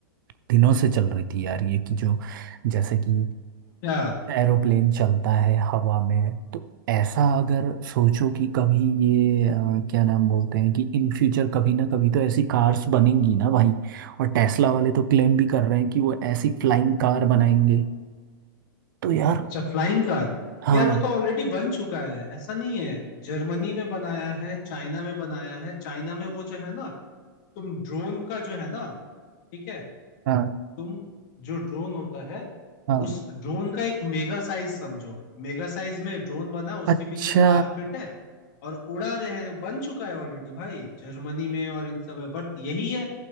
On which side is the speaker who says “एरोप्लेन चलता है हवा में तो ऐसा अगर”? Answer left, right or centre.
Right